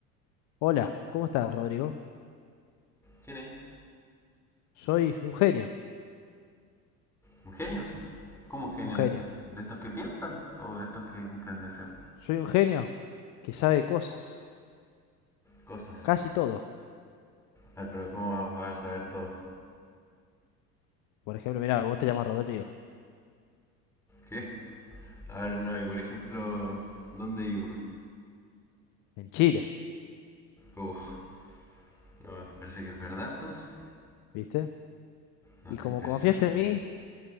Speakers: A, on the left; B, in the centre.
A: Hola, ¿cómo estás, Rodrigo?
B: ¿Quién es?
A: Soy un genio,
B: ¿Un genio? ¿Cómo un genio?
A: un genio.
B: ¿De estos, de estos que piensan o de estos que cumplen deseos?
A: Soy un genio que sabe cosas.
B: Cosas.
A: casi todo.
B: A ver, pero ¿cómo vas a saber todo?
A: Por ejemplo, mira, vos te llamas Rodrigo,
B: ¿Qué? A ver, no, y por ejemplo, ¿dónde vivo?
A: en Chile,
B: Oh, no, parece que es verdad entonces.
A: ¿viste?
B: No,
A: Y
B: está
A: como
B: impresionante
A: confiaste en
B: esto.
A: mí,